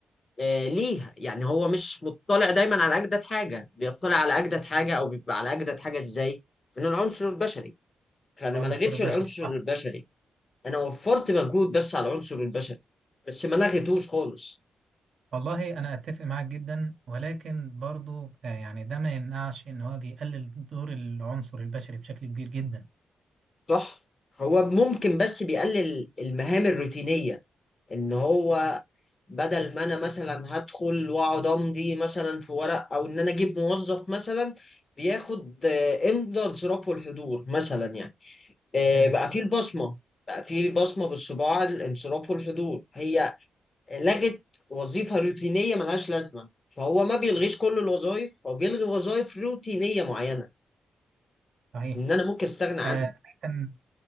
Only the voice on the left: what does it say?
آه، ليها يعني هو مش مطلع دايما على أجدد حاجة بيطلع على أجدد حاجة أو بيبقى على أجدد حاجة إزاي من العنصر البشري فأنا
ما لغيتش
العنصر
البشري أنا وفرت مجهود بس على العنصر البشري بس ما لغيتوش خالص
صح هو ممكن بس بيقلل المهام الروتينية ان هو بدل ما انا مثلا هدخل واقعد امضي مثلا في ورق او ان انا اجيب موظف مثلا بياخد آه، امضى انصراف والحضور مثلا يعني آه،
بقى فيه البصمة بقى فيه البصمة بالصباع الانصراف والحضور هي لغت وظيفة روتينية ملهاش لازمة فهو ما بيلغيش كل الوظائف هو بيلغي وظائف روتينية معينة
ان انا ممكن استغنى عنها